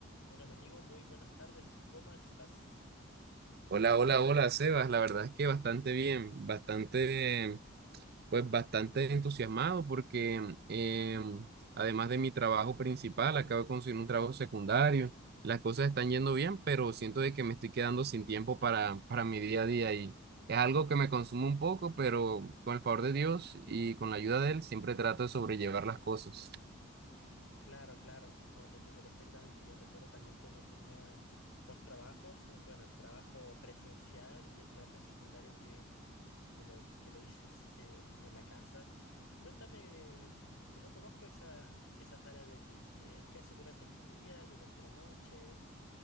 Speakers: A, on the left; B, on the right.
A: Hola, mi amigo, muy buenas tardes. ¿Cómo estás?
B: Hola, hola, hola, Sebas. La verdad es que bastante bien, bastante, pues bastante entusiasmado porque eh, además de mi trabajo principal, acabo de conseguir un trabajo secundario. Las cosas están yendo bien, pero siento de que me estoy quedando sin tiempo para, para mi día a día y es algo que me consume un poco, pero con el favor de Dios y con la ayuda de él, siempre trato de sobrellevar las cosas.
A: Claro, claro, no, te entiendo perfectamente. Yo recuerdo también cuando tenía dos trabajos, eh, bueno, el trabajo presencial y el trabajo secundario que, que lo, que lo hice s- em, en la casa. Y cuéntame, em, que no conozco esa, esas áreas de ti. Eh, ¿qué haces durante el día, durante la noche?